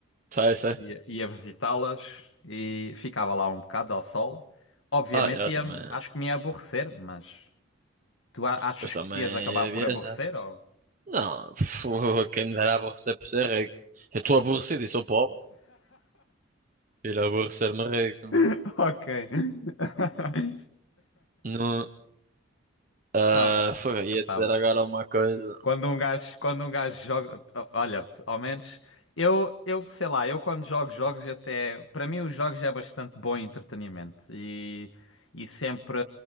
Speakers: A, on the right; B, on the left.
A: Sei, sei.
B: Ia, ia visitá-las e ficava lá um bocado ao sol. Obviamente
A: Ah, eu
B: ia,
A: também.
B: acho que me ia aborrecer, mas tu a- achas
A: Pois também
B: que te ias acabar
A: ia
B: por aborrecer
A: viajar.
B: ou?
A: Não, <laughs> quem me dera aborrecer por ser rico. Eu estou aborrecido e sou pobre. Ir aborrecer-me rico, não
B: <laughs> Ok. <laughs>
A: Não, ah,
B: Não,
A: foi,
B: epá,
A: ia dizer agora uma coisa.
B: Quando um gajo, quando um gajo joga, o- olha, ao menos eu, eu sei lá, eu quando jogo jogos até, para mim os jogos é bastante bom entretenimento e e sempre,